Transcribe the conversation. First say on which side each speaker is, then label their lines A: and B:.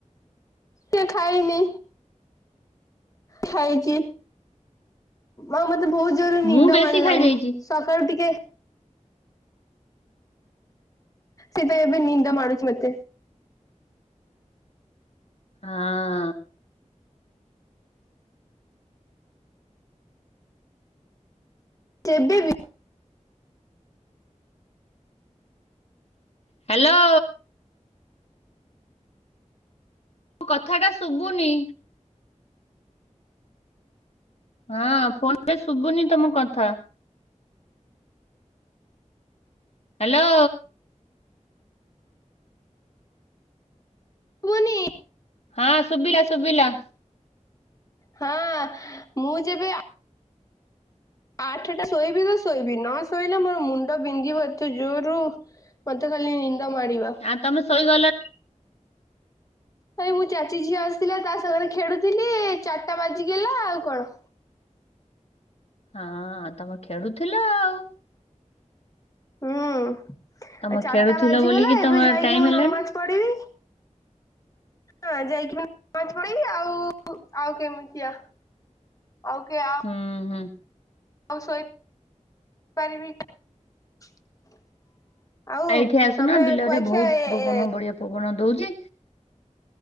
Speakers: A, on the left; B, on the left.
A: ସେ ଖାଇନି ଖାଇଛି ଆଉ ମତେ ବହୁତ ଜୋରରେ ନିଦ
B: ମୁଁ ବେଶୀ
A: ମାନିଲାଣି।
B: ଖାଇଦେଇଛି
A: ସକାଳୁ ଟିକେ ସିପ ବି ନିନ୍ଦା ମାୁଛି ମତେ
B: ହଁ
A: ସେବେ ବି
B: ହ୍ୟାଲୋ କଥା ଟା ଶୁଭୁନି। ହଁ ଫୋନ ଶୁଭୁନି ତମ କଥା। ହ୍ୟାଲୋ
A: ଶୁଭୁନି
B: ହଁ ଶୁବିଲା ଶୁବିଲା
A: ହଁ ମୁଁ ଯେବେ ଆଠଟା ଶୋଇବି ତ ଶୋଇବି ନ ଶୋଇଲେ ମୋର ମୁଣ୍ଡ ବିନ୍ଧିବ ଏତେ ଜୋରୁ ମତେ ଖାଲି ନିନ୍ଦ ମାଡିବ।
B: ଆ ତମେ ଶୋଇଗଲ
A: ଆରେ ମୋ ଚାଚୀ ଝିଅ ଆସିଥିଲା ତା ସାଙ୍ଗରେ ଖେଳୁଥିଲି ଚାରିଟା ବାଜିଗଲା ଆଉ କଣ
B: ଅଁ ତମେ ଖେଳୁଥିଲ ଆଉ
A: ହୁଁ
B: ତମେ
A: ଚାରଟା
B: ଖେଳୁଥିଲ
A: ବାଜିଗଲା
B: ବୋଲିକି ତମର
A: ଏବେ ଯାଇକି
B: ଟାଇମ
A: ମୁଁ
B: ହେଲାନି
A: ନମାଜ ପଢିବି। ହଁ ଯାଇକି ମୁଁ ନମାଜ ପଢିବି ଆଉ ଆଉ କେମତିଆ ଓକେ ଆ
B: ହୁଁ ହୁଁ
A: ଆଉ ଶୋଇ ପାରିବି <inaudible> ଆଉ
B: ଆ ଏଇଠି ଆସୁନା
A: ତମେ
B: ବିଲରେ
A: କୁଆ
B: ବହୁତ
A: ଖିଆ ଏ
B: ପବନ ବଢିଆ ପବନ ଦଉଚି